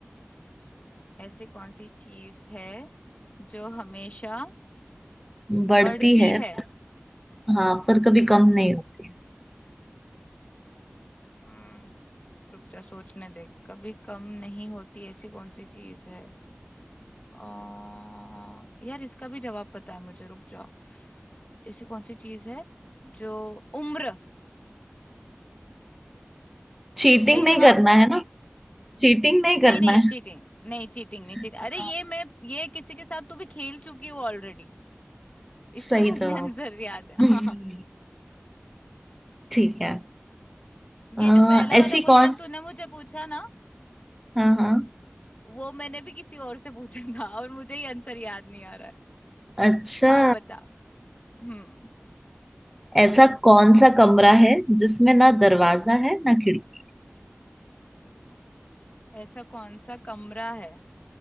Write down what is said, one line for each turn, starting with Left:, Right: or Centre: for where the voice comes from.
Left: ऐसी कौन सी चीज है जो हमेशा
Centre: बढ़ती
Left: बढ़ती
Centre: है
Left: है
Centre: पर, हाँ पर कभी कम नहीं होती
Left: हम्म रुक जा सोचने दे कभी कम नहीं होती ऐसी कौन सी चीज है आ, यार इसका भी जवाब पता है मुझे रुक जाओ ऐसी कौन सी चीज है जो उम्र
Centre: चीटिंग
Left: सही
Centre: नहीं
Left: जवाब
Centre: करना है ना चीटिंग नहीं
Left: नहीं
Centre: करना
Left: नहीं
Centre: है
Left: चीटिंग नहीं चीटिंग नहीं चीटिंग
Centre: हाँ।
Left: अरे ये मैं ये किसी के साथ तू भी खेल चुकी हो ऑलरेडी
Centre: सही
Left: इसलिए मुझे
Centre: जवाब
Left: <laughs> आंसर याद है
Centre: हम्म,
Left: हाँ
Centre: ठीक है अ,
Left: ये जो पहला वाला
Centre: ऐसी
Left: क्वेश्चन
Centre: कौन
Left: तूने मुझे पूछा ना
Centre: हाँ हाँ
Left: वो मैंने भी किसी और से पूछा था और मुझे ही आंसर याद नहीं आ रहा है
Centre: अच्छा
Left: हाँ बता हम्म
Centre: ऐसा कौन सा कमरा है जिसमें ना दरवाजा है ना खिड़की
Left: ऐसा कौन सा कमरा है